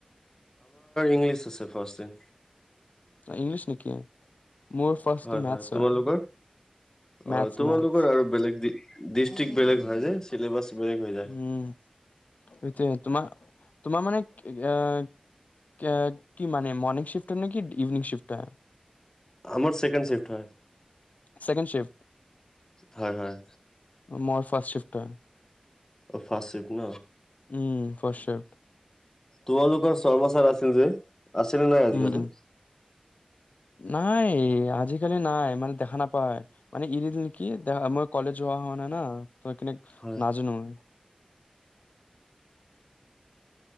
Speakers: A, on the left (about 25°); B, on the left (about 80°).
A: ইংলিছ আছে ফাৰ্ষ্টতে
B: অ' ইংলিচ নেকি মোৰ ফাৰ্ষ্টটো
A: হয়
B: মেথছ
A: হয় তোমালোকৰ
B: মেথছ
A: অ' তোমালোকৰ
B: মেথছ
A: আৰু বেলেগ ডিষ্ট্ৰিক্ বেলেগ হয় যে <unintelligible> যায়
B: উম সেইটোয় তোমাৰ তোমাৰ মানে আহ কি মানে মৰ্নিং শিফটৰ ন কি ইভিনিং শিফ্ট হয়
A: আমাৰ চকেণ্ড চিফ্ হয়
B: চেকেণ্ড শিফ্ট
A: হয় হয়
B: মই ফা্ষষ্ট চ্বিফ্টাৰ
A: অ ফচিফ ন
B: উম ফষ্ট শেফট
A: তোমালোকৰ চৰ্মৰ্মচাৰ আছিল যে আছিলিলো নাই আজিকালি
B: উম, উম, নাই আজিিকালি নাই মানে দেখা নাপায় মানে ইৰি দিল নে কি দে মই কলেজ হোৱা হোৱা নাই ন তই কিনে
A: হয়
B: নাজানো মই